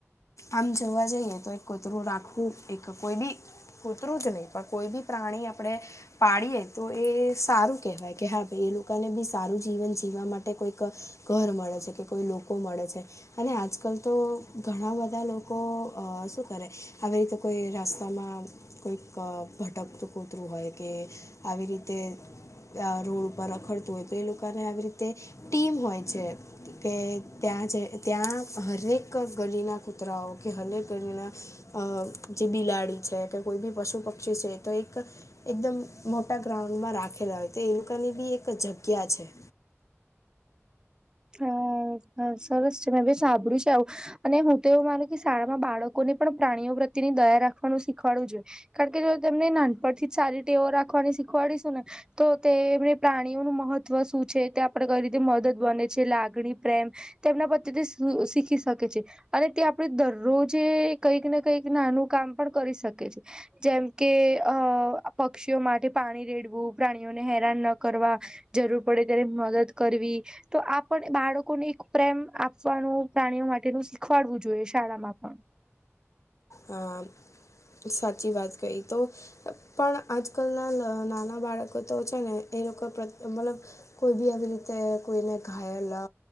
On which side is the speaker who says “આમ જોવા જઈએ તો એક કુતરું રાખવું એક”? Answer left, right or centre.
Left